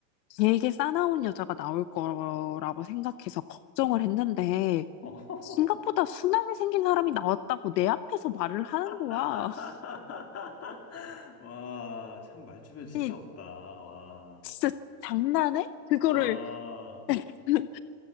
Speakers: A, on the left (about 80°); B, on the left (about 30°).
A: 되게 싸나운 여자가 나올 거라고 생각해서 걱정을 했는데
B: 어.
A: 생각보다 순하게 생긴 사람이 나왔다고 내 앞에서 말을 하는 거야.
B: <laughs>
A: <laughs>
B: 와, 참 말주변 진짜
A: 아니,
B: 없다. 와.
A: 진짜 장난해? 그거를
B: 와.
A: <laughs>